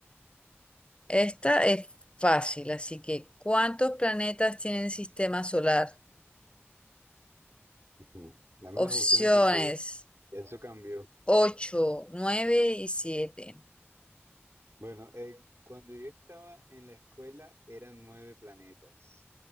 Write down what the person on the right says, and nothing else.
Ujú. Dame
las opciones porque eso cambió.
Bueno, eh, cuando yo estaba en la escuela eran nueve planetas.